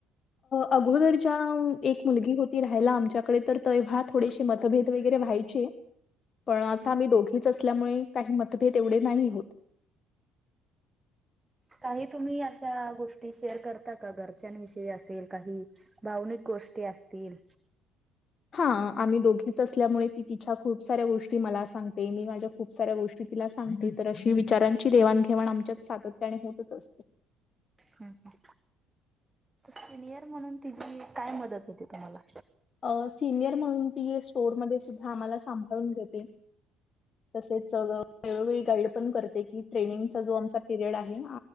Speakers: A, on the left; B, on the right.
A: अगोदरच्या एक मुलगी होती राहायला आमच्या कडे तर तेव्हा थोडेसे मतभेद वगैरे व्हायचे. पण आता
B: हम्म
A: आम्ही दोघीच असतो. असल्यामुळे काही मतभेद एवढे नाही होत.
B: काही तुम्ही अशा गोष्टी शेअर करता का घरच्यांविषयी असेल काही भावनिक गोष्टी असतील.
A: हा दोघीच असल्यामुळे तिच्या खुपसाऱ्या गोष्टी मला सांगते मी माझ्या खूप साऱ्या गोष्टी तिला सांगते तर अशी विचारांची देवाणघेवाण आमच्यात सातत्याने होतच असते.
B: हम हम सिनियर म्हणून तिची काय मदत होते तुम्हाला.
A: अ.. सिनियर म्हणून ती स्टोरमध्ये सुद्धा आम्हाला सांभाळून घेते. तसेच वेळवेळी गाईड पण करते की ट्रेनिंगचा जो आमचा पिरियड आहे.